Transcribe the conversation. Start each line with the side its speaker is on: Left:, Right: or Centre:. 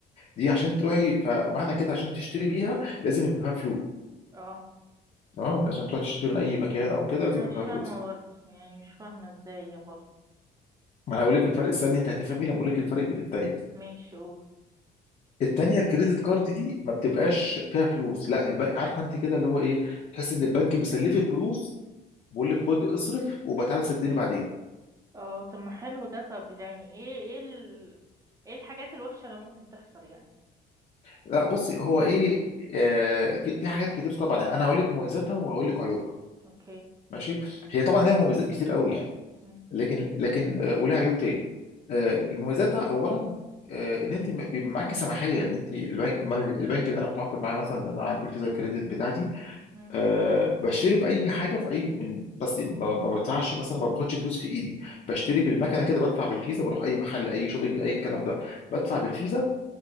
Left: دي عشان تروحي فمعنى كده عشان تشتري بيها لازم يبقى فيها فلوس
Right: اه
Left: تمام عشان تروح تشتري من اي مكان او كده لازم
Right: انا
Left: يبقى
Right: مش
Left: فيها
Right: فاهمة
Left: فلوس
Right: برضه يعني مش فاهمة ازاي يا برضه
Left: ما انا هقول لك الفرق استني انت هتفهمي لما اقول لك الفرق بين التانيه
Right: ماشي قول
Left: التانيه الكريدت كارد دي ما بتبقاش فيها فلوس لا البنك عارفه انت كده اللي هو ايه تحس ان البنك بيسلفك فلوس بيقول لك خد اصرف وبتعالى سدني بعدين
Right: اه طب ما حلو ده طب يعني ايه ايه ال... ايه الحاجات الوحشة اللي ممكن تحصل يعني
Left: لا بصي هو ايه آه في في حاجات كتير طبعا انا هقول لك مميزاتها وهقول لك عيوبها
Right: اوكي
Left: ماشي هي طبعا ليها مميزات كتير قوي يعني
Right: مم.
Left: لكن لكن آه، ولها عيوب تاني آه، مميزاتها اولا آه، ان انت بيبقى معاكي سماحيه ان انت البنك البنك اللي انا متعاقد معاه مثلا ان انا عندي الفيزا كريدت بتاعتي
Right: مم.
Left: أه بشتري باي حاجه في اي من بس ما ما بدفعش مثلا ما باخدش فلوس في ايدي بشتري
Right: مم.
Left: بالمكنه كده بدفع بالفيزا بروح اي محل اي شوبينج اي الكلام ده بدفع بالفيزا